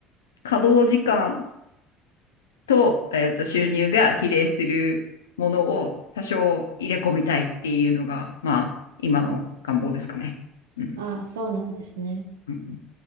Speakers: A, on the left; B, on the right.
A: 稼働時間、と、えっと、収入が比例するものを多少入れ込みたいっていうのが、まあ、今の願望ですかね。うん。
B: ああ、そうなんですね。
A: うん